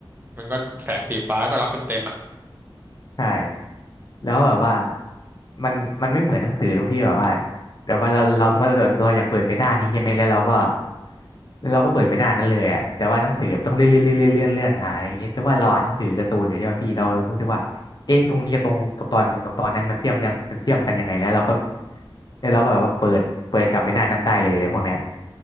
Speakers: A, on the right; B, on the left.
A: มันก็แสงสีฟ้าก็รับเต็มๆอ่ะ
B: ใช่แล้วแบบว่ามันมันไม่เหมือนหนังสือตรงที่แบบว่าแบบว่าเราเราสมมติว่าเราเราอยากเปิดไปหน้านี้ใช่ไหมแล้วเราก็แล้วเราก็เปิดไปหน้านั้นเลยอะแต่ว่าหนังสือมันต้องเลื่อนเลื่อนเลื่อนเลื่อนเลื่อนหาอย่างเงี้ยซึ่งว่าเราอ่านหนังสือการ์ตูนอยู่ใช่ไหมพี่เรารู้สึกว่าเอ๊ะตรงนี้กับตรงกับตอนหนึ่งกับตอนนั้นมันเชื่อมยังมันเชื่อมกันยังไงแล้วเราก็แล้วเราก็แบบว่าเปิดเปิดกลับไปหน้านั้นได้เลยเลยพวกเนี้ย